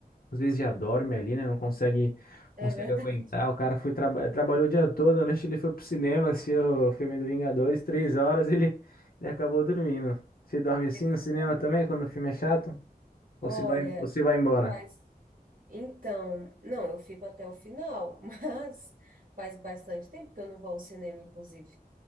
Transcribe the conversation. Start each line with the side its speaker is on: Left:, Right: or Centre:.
Left: às vezes já dorme ali, né? Não consegue,
Right: <laughs> é
Left: consegue
Right: verdade.
Left: aguentar. O cara foi traba trabalhou o dia todo, à noite ele foi pro cinema, assistiu o filme do Vingadores, três horas, ele, ele acabou dormindo. Você dorme assim
Right: Exatamente.
Left: no cinema também, quando o filme é chato?
Right: Olha,
Left: Ou você vai, ou você vai embora?
Right: faz. Então, não, eu fico até o final, <laughs> mas faz bastante tempo que eu não vou ao cinema, inclusive.